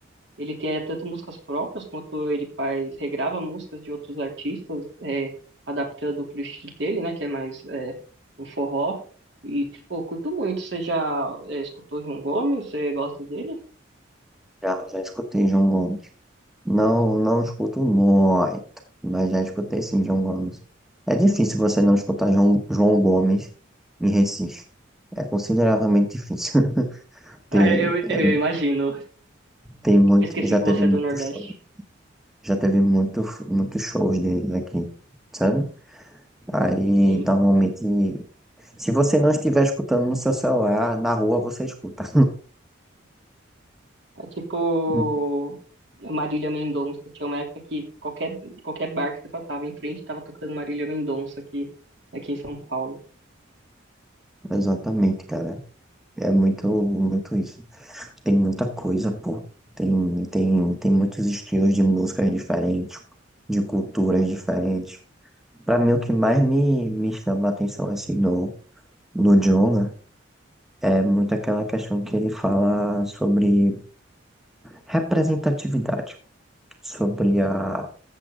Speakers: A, on the right (about 60°); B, in the centre.
A: Ele tem eh, tanto músicas próprias quanto ele faz, regrava músicas de outros artistas, é, adaptando pro estilo dele, né? Que é mais é, um forró. E, tipo, eu curto muito. Você já é, escutou João Gomes? Você gosta dele?
B: Já, já escutei João Gomes. Não, não escuto muito, mas já escutei sim, João Gomes. É difícil você não escutar João, João Gomes em Recife. É consideravelmente difícil. <laughs> Tem,
A: É, eu,
B: é,
A: eu imagino.
B: tem muito,
A: Eu esqueci
B: já
A: que
B: teve
A: você
B: muito
A: é do Nordeste.
B: show, já teve muito, muitos shows dele aqui, sabe? Aí,
A: Sim.
B: normalmente, se você não estiver escutando no seu celular, na rua você escuta.
A: É tipo
B: <laughs>
A: a Marília Mendonça. Tinha uma época que qualquer, qualquer bar que você passava em frente estava tocando Marília Mendonça aqui, aqui em São Paulo.
B: Exatamente, cara. É muito, muito isso. Tem muita coisa, pô. Tem, tem, tem muitos estilos de músicas diferentes, de culturas diferentes. Pra mim, o que mais me, me chama a atenção, assim, no, no Djonga é muito aquela questão que ele fala sobre representatividade, sobre a,